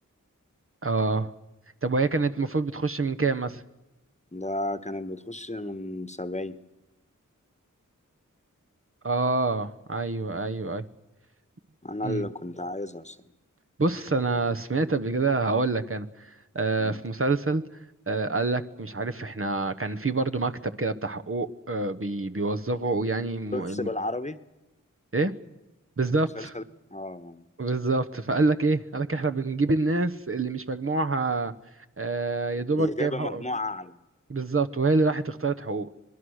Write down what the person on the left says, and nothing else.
ده كانت بتخش من 70
انا
اللي كنت عايزها الصراحه
مم.
شفتش
بالعربي
المسلسل اه
اللي جاب
مجموعه اعلى